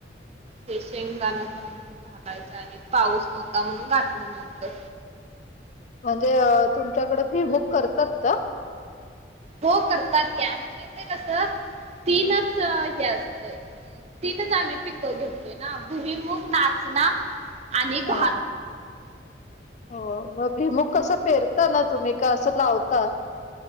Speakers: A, on the right; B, on the left.
A: ते शेंगदाण पण म्हण घालायचं आहे पाऊस नव्हता म्हणून घातलं नव्हतं
B: म्हणजे तुमच्याकडे फी बुक करतात का
A: हो करतात क आमच्या इथडे कस तीनच हे असतय तीनच आम्ही पिकं घेततोय ना भुईमुग नाचना आणि
B: हा
A: भ
B: हो मग भिमुूक कसं पेरता ना तुम्ही का असं लावता